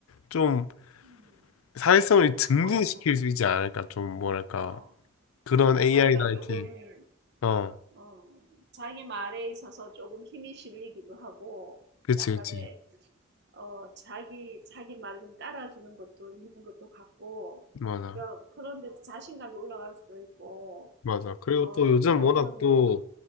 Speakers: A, on the left; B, on the right.
A: 좀
B: 음,
A: 사회성을 증진시킬
B: 어느
A: 수 있지 않을까? 좀 뭐랄까
B: 어.
A: 그런 AI나
B: 자기가 조금,
A: 이렇게 어
B: 어, 자기 말에 있어서 조금 힘이 실리기도 하고,
A: 그치
B: 약간의,
A: 그치
B: 어, 자기, 자기 말을 좀 따라주는 것도 있는 것도 같고,
A: 맞아
B: 그러니까 그런데 자신감이 올라갈 수도 있고,
A: 맞아 그리고
B: 어,
A: 또 요즘
B: 그런
A: 워낙
B: 거는,
A: 또